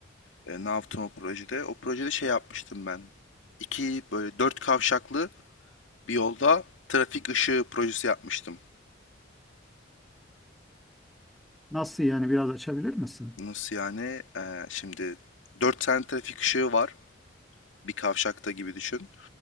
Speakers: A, on the left; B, in the centre.
A: E, ne yaptım o projede? O projede şey yapmıştım ben. İki böyle dört kavşaklı bir yolda trafik ışığı projesi yapmıştım.
B: Nasıl yani biraz açabilir misin?
A: Nasıl yani? E, şimdi dört tane trafik ışığı var. Bir kavşakta gibi düşün.